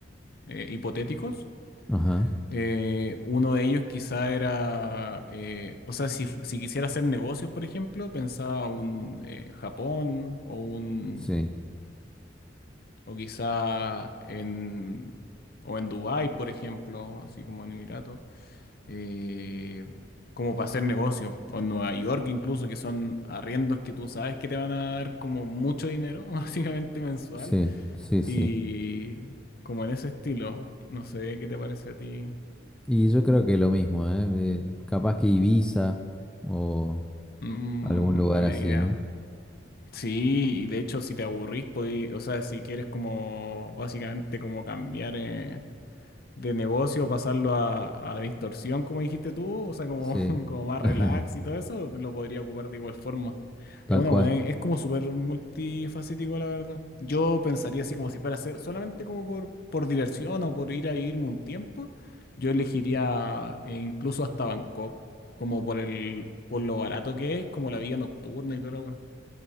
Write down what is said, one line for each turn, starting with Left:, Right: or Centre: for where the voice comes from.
Left: eh, hipotéticos.
Centre: Ajá,
Left: Eh, uno de ellos quizá era, eh, o sea, si, fu- si quisiera hacer negocios, por ejemplo, pensaba un eh, Japón o un,
Centre: sí,
Left: O quizá en, o en Dubái, por ejemplo, así como en Emiratos, eh, como para hacer negocio. O en Nueva York incluso, que son arriendos que tú sabes que te van a dar como mucho dinero, <laughs> básicamente mensual.
Centre: sí, sí, sí.
Left: Y como en ese estilo, no sé qué te parece a ti.
Centre: Y yo creo que lo mismo, ¿eh? Eh, capaz que Ibiza o...
Left: Mm,
Centre: Algún lugar
Left: buena
Centre: así,
Left: idea.
Centre: ¿no?
Left: Sí, y de hecho si te aburrís, podí- o sea, si quieres como básicamente como cambiar... eh, de negocio, pasarlo a, a distorsión, como dijiste tú, o sea, como,
Centre: Sí,
Left: <laughs> como más
Centre: <laughs>
Left: relax y todo eso, lo podría ocupar de igual forma.
Centre: tal
Left: Es una
Centre: cual.
Left: buena, es como súper multifacético, la verdad. Yo pensaría así como si fuera a ser solamente como por, por diversión o por ir a vivirme un tiempo, yo elegiría eh, incluso hasta Bangkok, como por el, por lo barato que es, como la vida nocturna y todo lo weón.